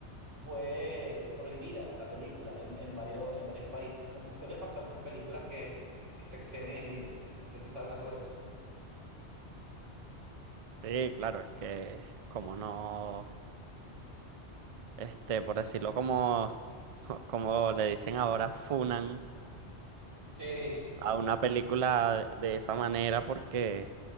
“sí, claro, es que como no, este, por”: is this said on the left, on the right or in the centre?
Right